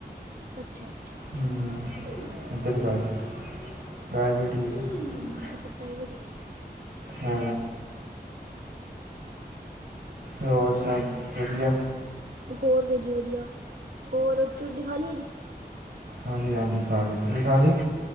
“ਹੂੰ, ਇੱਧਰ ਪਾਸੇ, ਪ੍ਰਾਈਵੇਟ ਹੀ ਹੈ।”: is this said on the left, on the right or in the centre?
Right